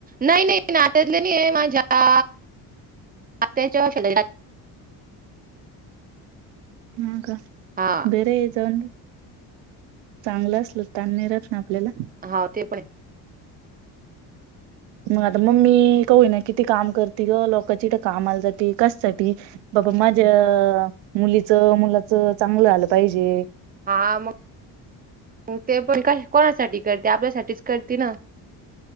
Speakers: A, on the right; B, on the right.
A: नाही नाही नात्यातले नाही आहे माझ्या आत्याच्या श
B: ह का
A: हा
B: घरे जाऊन चांगलं असल तण मिळत ना आपल्याला
A: हा ते पण
B: मग आता मग मी कू ना किती काम करते ग लोकची इथ कामा आला जात कससाठी बाबा माझ्या मुलीच मुलाच चांगलं आलं पाहिजे
A: हा मग ते पण का कोणासाठी करते आपल्यासाठीच करते ना